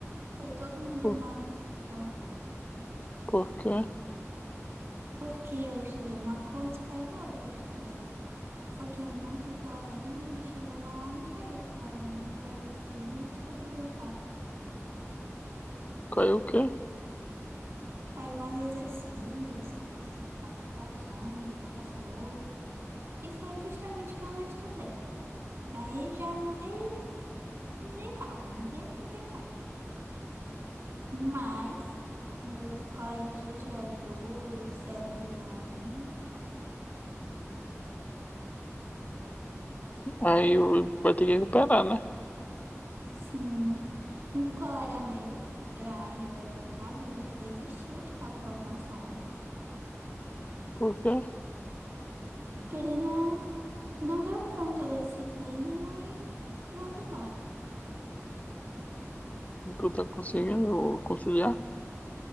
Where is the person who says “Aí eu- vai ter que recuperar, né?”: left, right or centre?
Left